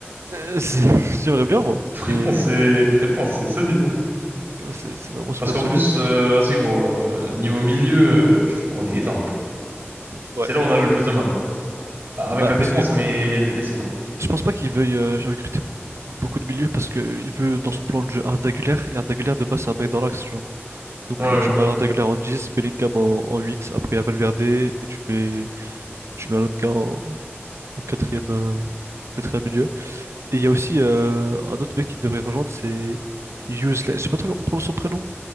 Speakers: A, on the right (about 80°); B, on the right (about 60°).
A: Euh, c'est- <laughs> J'aimerais bien moi,
B: Fripon,
A: mais
B: c'est Fripon, c'est solide, non?
A: là, c'est c'est vraiment super
B: Parce qu'en
A: solide.
B: plus, euh, vas-y gros, euh, niveau milieu, euh, je trouve on est éteint un peu.
A: Ouais.
B: C'est là où on a le plus de mal. Ah, Avec
A: Bah,
B: la
A: parce
B: défense,
A: que
B: mais il y a eu des blessés, quoi.
A: je pense pas qu'il veuille euh, recruter beaucoup de milieux parce qu'il veut dans son plan de jeu Arda Güler et Arda Güler de base c'est un mec dans l'axe, tu vois. Donc
B: Ouais, ouais.
A: euh, tu mets Arda Güler en 10 Bellingham en, en 8, après il y a Valverde et tu mets, tu mets un autre gars en, en quatrième, euh, quatrième milieu. Et il y a aussi euh, un autre mec qui devrait rejoindre, c'est Usley. Je sais pas trop comment on prononce son prénom.